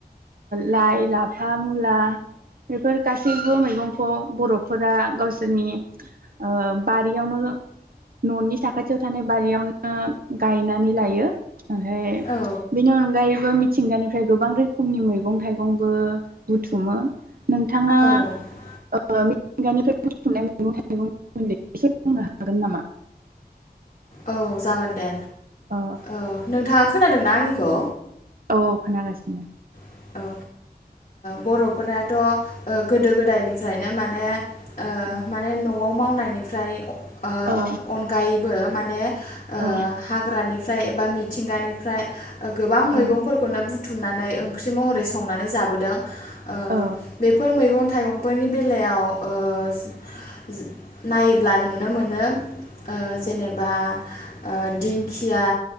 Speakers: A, on the right; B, on the left.
A: लाइ लाफा मुला बेफोर गासैबो मैगंखौ बर'फोरा गावसोरनि ओ बारियावनो न'नि साखाथियाव थानाय बारियावनो गायनानै लायो। आहाय
B: औ
A: बिनि अनगायैबो मि मिथिंगानिफ्राय गोबां रोख फुंनि मैगं थाइगंबो बुथुमो। नोंथाङा
B: औ
A: ओ मिथिंगानिफ्राय बुथुमनाय मैगं थाइगं सोमोन्दै एसे बुंनो हागोन नामा?
B: औ जागोन दे
A: अ
B: ओ नोंथां खोनादोंना आंनिखौ,
A: औ औ खोनागासिनो,
B: औ ओ बर'फोराथ' गोदो गोदायनिफ्रायनो माने, ओ
A: औ
B: माने न'आव मावनाय, बेनिफ्राय, ओ
A: औ
B: अनगायैबो माने ओ
A: औ
B: हाग्रानि जाय एबा मिथिंगानिफ्राय गोबां मैगंफोरखौनो
A: औ
B: बु बुथुमनानै ओं ओंख्रि महरै संनानै जाबोदों, ओ
A: औ
B: बेफोर मैगं थाइगंफोरनि बेलायाव ओ जो नायोब्ला नु नुनो मोनो ओ जेनेब बा ओ दिंखिया,